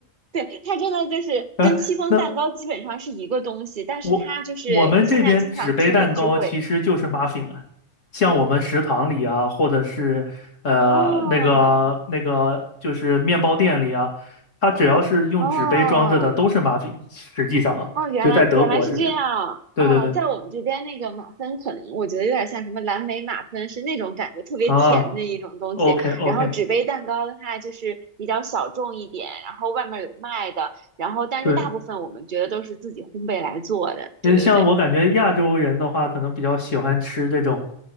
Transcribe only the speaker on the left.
<laughs> 啊，那
我我们这边纸杯蛋糕其实就是 muffin 啊，像我们食堂里啊，或者是呃那个那个就是面包店里啊，
它只要是用纸杯装着的都是
muffin，实际上啊，
就在德国是这样。对对对。
啊，OK OK，
对，因为像我感觉亚洲人的话，
可能比较喜欢吃这种，